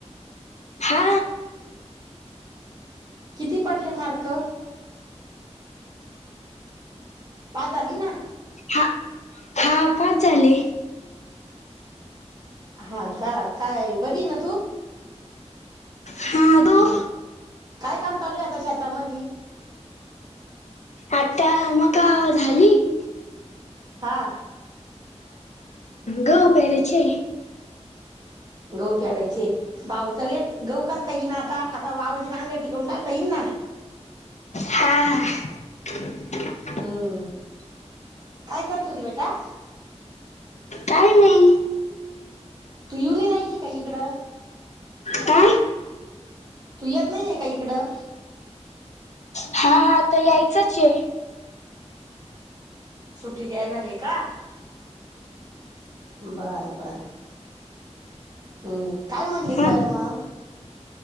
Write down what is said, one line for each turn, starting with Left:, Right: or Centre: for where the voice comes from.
Left: हा..
Right: किती पडले मार्क? पास झाली ना,
Left: हा हा पास झाली.
Right: हा का काय बरी न
Left: हा का.
Right: काय काम चालू आहे आता शेतामध्ये.
Left: आठा म का झाली की.
Right: हां का
Left: गऊ पेराचे.
Right: गहू पेरायचे. बावचंलेलं गहू कसा काय येईल ना आता आता वावराची नागे टिकवून टाकता येईन ना.
Left: हा हा
Right: हम्म काय करत होती बेटा?
Left: काही नाही.
Right: तू येऊ नाही राहली काही इकडं?
Left: काय
Right: तू येत नाही आहेे का इकडं?
Left: हा हाता यायचच ये.
Right: सुट्टीत देणार आहे का? बरं बरं. हम्म हम्म, काय म्हणले सर
Left: हा
Right: मग?